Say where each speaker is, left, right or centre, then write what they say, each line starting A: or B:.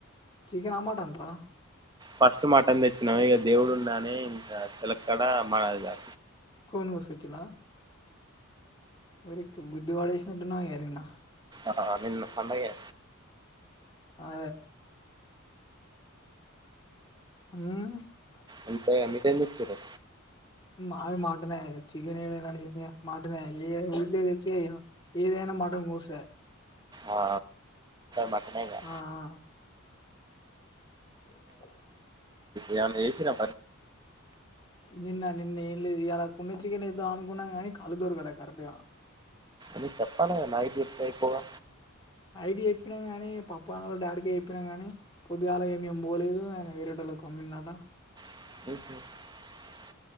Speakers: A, on the left (about 20°); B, on the right (about 20°).
A: చికెన్ ఆ మట్టన్ రా
B: ఫస్ట్ మటన్ తెచ్చినాం ఇక దేవుడు ఉన్నానే ఇంకా తెలక్కడ మ జ
A: కోడిని కోసుకోచిరా ఓ గుడ్డిబడేసినట్టునవ్ నిన్న
B: ఆ నిన్న పండగే
A: ఆ <inaudible> ఆ
B: అంత గా <unintelligible>
A: మాది మట్టన్ ఏ చికనే నచంది మటనే ఏది ఏదైనా మాటం కోోసరే
B: ఆ మటనేగా
A: ఆ ఆ <unintelligible>
B: ఏమన్న ఏసి రా
A: నిన్న నిన్న ఏం లేదు ఇలా కొన్నిచ్చికెన్ ఎద్దా అనుకున్నాం నీ కాలుదుూరు కల కరంట
B: న చెప్పాల నాయి దప్ా అయిపోవా
A: నైట్ చెప్పినాం కాగానీ పప అన్నలో డాడ్క చెయిప్పినాం కాని పొద్దుగాల ఏమేమి పోలేదు ఆయన వేరేటళ అమ్మిందట
B: <inaudible>